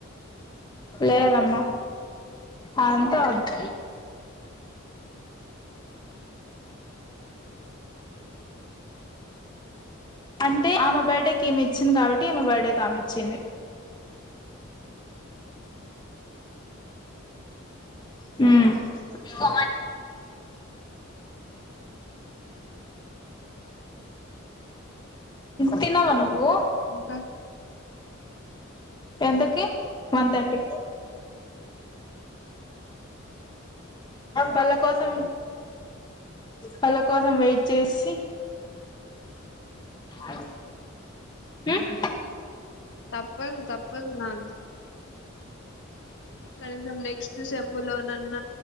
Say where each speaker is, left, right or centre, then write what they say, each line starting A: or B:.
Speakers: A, on the left; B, on the left.
A: లేదమ్మా అంతా వద్ద్ అంటే ఆమె బర్త్డేకి ఏమి ఇచ్చింది కాబట్టి ఈమె బర్త్డే కి ఆమె ఇచ్చింది మ్ తినవ ఉ
B: ఇంకా
A: ఎంతకి వన్ థర్టీ పళ్ళ కోసం పళ్ళ కోస్ వెయిట్ చేసి
B: త-
A: అే మ్
B: తప్పదు తప్పదు నా కనీసం నెక్స్ట్ సెంబ్ల్లో నన్న